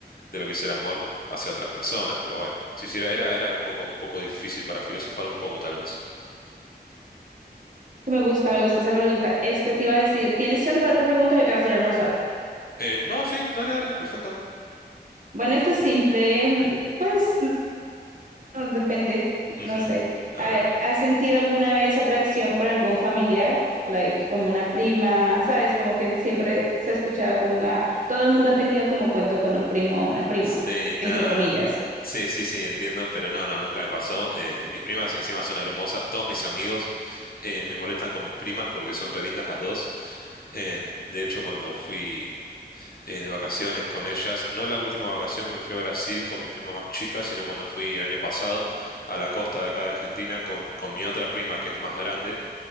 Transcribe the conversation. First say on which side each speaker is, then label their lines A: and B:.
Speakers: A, on the left (about 60°); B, on the right (about 50°).
A: de lo que es el amor hacia otras personas, pero bueno, sí, sí, era, era, era un poco, un poco difícil para filosofar un poco, tal vez.
B: Me gusta, me gusta esa pregunta. Este te iba a decir, ¿tienes chance para otra pregunta? yo te vas a ir a almorzar.
A: Eh, no, sí, dale, dale, perfecto.
B: Bueno, esta es simple, mm, pues No, depende,
A: Ujú.
B: no sé.
A: A
B: A
A: ver.
B: ver, ¿has sentido alguna vez atracción por algún familiar? Like, como una prima, ¿sabes? Como que siempre se ha escuchado como, ah, todo el mundo ha tenido como cuento con un primo o una prima,
A: Sí, no,
B: entre comillas.
A: no. Sí, sí, sí, entiendo, pero no, no, nunca me pasó. Eh, mis primas encima son hermosas, todos mis amigos eh, me molestan con mis primas porque son re lindas las dos. Eh, de hecho, cuando fui eh, de vacaciones con ellas, no la última vacación que me fui a Brasil con mi prima más chica, sino cuando fui el año pasado a la costa de acá de Argentina con, con mi otra prima que es más grande.